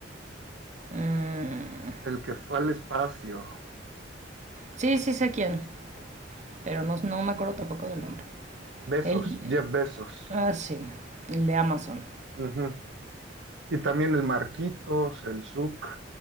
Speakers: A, on the right; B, on the right.
A: Mm,
B: el que fue al espacio.
A: Sí, sí sé quién, pero no, no me acuerdo tampoco del nombre.
B: Besos,
A: El,
B: Jeff Bezos.
A: ah, sí, el de Amazon.
B: Ujú. Y también el Marquitos, el Zuck,